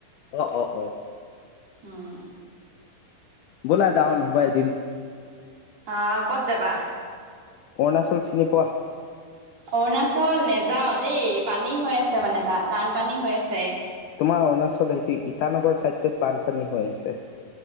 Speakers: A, on the left; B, on the right.
A: অ, অ, অ।
B: উম
A: ব'লা যাও নহবা এদিন।
B: অ, ক'ত যাবা?
A: অৰুণাচল চিনি পোৱা?
B: অৰুণাচল নেযাওঁ দেই, পানী হৈ আছে মানে তাত বানপানী হৈ আছে।
A: তোমাৰ অৰুণাচল সেইটো ইটানগৰ ছাইডটোত বানপানী হৈ আছে।